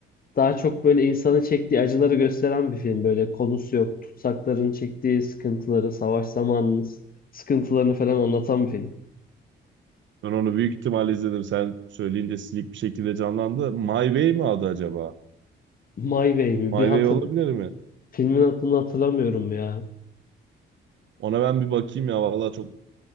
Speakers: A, on the left (about 45°); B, on the right (about 70°).
A: daha çok böyle insanın çektiği acıları gösteren bir film. Böyle konusu yok. Tutsakların çektiği sıkıntıları, savaş zamanının sıkıntılarını falan anlatan bir film.
B: Ben onu büyük ihtimalle izledim. Sen söyleyince silik bir şekilde canlandı. My Way mi adı acaba?
A: My Way mi?
B: My
A: Bir hatır,
B: Way olabilir mi?
A: filmin adını hatırlamıyorum ya.
B: Ona ben bir bakayım ya. Vallahi çok